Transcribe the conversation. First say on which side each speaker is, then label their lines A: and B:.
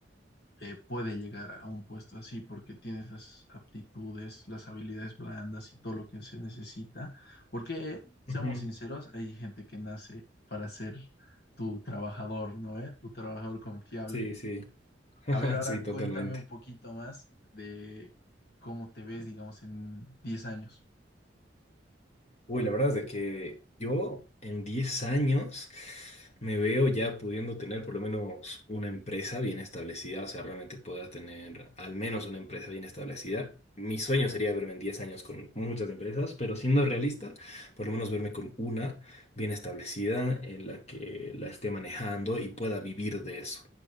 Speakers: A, on the left (about 55°); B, on the left (about 35°).
A: eh, puede llegar a un puesto así porque tienes las aptitudes, las habilidades blandas y todo lo que se necesita. Porque, seamos
B: Ujú.
A: sinceros, hay gente que nace para ser tu trabajador, ¿no? eh? Tu trabajador confiable.
B: Sí, sí, <laughs>
A: A ver, ahora
B: sí, totalmente.
A: cuéntame un poquito más de cómo te ves, digamos, en 10 años.
B: Uy, la verdad es de que yo en 10 años me veo ya pudiendo tener por lo menos una empresa bien establecida, o sea, realmente poder tener al menos una empresa bien establecida. Mi sueño sería verme en 10 años con muchas empresas, pero siendo realista, por lo menos verme con una bien establecida en la que la esté manejando y pueda vivir de eso.